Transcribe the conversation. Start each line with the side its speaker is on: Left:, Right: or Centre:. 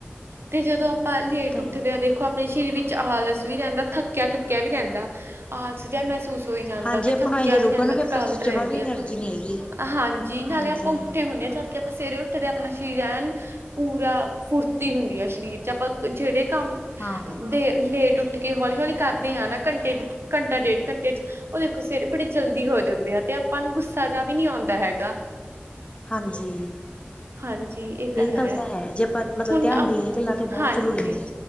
Right: ਤੇ ਜਦੋਂ, ਆਪਾਂ ਲੇਟ
Left: ਇਹ ਤਾਂ
Right: ਉੱਠਦੇ
Left: ਹੈ
Right: ਹਾਂ ਦੇਖੋ, ਆਪਣੇ ਸਰੀਰ ਵਿੱਚ ਆਲਸ ਵੀ ਰਹਿੰਦਾ ਥੱਕਿਆ ਥੱਕਿਆ ਵੀ ਰਹਿੰਦਾ, ਆਲਸ ਜਿਹਾ ਮਹਿਸੂਸ ਹੋਈ ਜਾਂਦਾ।
Left: ਹਾਂਜੀ
Right: ਅਤੇ
Left: ਆਪਾਂ
Right: ਥੱਕਿਆ
Left: ਨੂੰ ਐਂ ਜ਼ਰੂਰ
Right: ਵੀ ਰਹਿੰਦਾ,
Left: ਨਾ ਆਪਾਂ
Right: ਥਕਾਵਟ ਰਹਿੰਦੀ
Left: ਜਮਾ ਵੀ ਐਨਰਜੀ
Right: ਹੈ।
Left: ਨਹੀਂ ਹੈਗੀ
Right: ਹਾਂਜੀ, ਨਾਲੇ
Left: ਹਾਂਜੀ
Right: ਆਪਾ ਉੱਠੇ ਹੁੰਣੇ ਜਦਕਿ ਆਪਾਂ ਸਵੇਰੇ ਉੱਠੇਦੇ, ਆਪਣਾ ਸਰੀਰ ਐਨ ਪੂਰਾ ਫੁਰਤੀ ਹੁੰਦੀ ਹੈ। ਸਰੀਰ ਚ ਆਪਾਂ ਜਿਹੜੇ ਕੰਮ
Left: ਹਾਂ
Right: <unintelligible> ਤੇ ਲੇਟ ਉੱਠ ਕੇ ਹੌਲੀ, ਹੌਲੀ ਕਰਦੇ ਆ ਨਾ ਘੰਟੇ, ਘੰਟਾ ਡੇਢ ਘੰਟੇ ਚ ਉਹ ਦੇਖੋ, ਸਵੇਰੇ ਬੜੇ ਜਲਦੀ ਹੋ ਜਾਂਦੇ ਆ, ਤੇ ਆਪਾਂ ਨੂੰ ਗੁੱਸਾ ਜਿਹਾ ਵੀ ਨੀਂ ਆਉਂਦਾ ਹੈਗਾ।
Left: ਹਾਂਜੀ।
Right: ਹਾਂਜੀ ਇਹ ਤਾਂ ਹੈ
Left: ਗੱਲ
Right: <unintelligible>
Left: ਜੇ ਆਪਾਂ ਮਤਲਬ
Right: ਹੁਣ
Left: ਧਿਆਨ
Right: ਅ
Left: ਦੇਈਏ ਗੱਲਾਂ ਤਾਂ ਬਹੁਤ
Right: ਹਾਂਜੀ।
Left: ਜ਼ਰੂਰੀ ਨੇ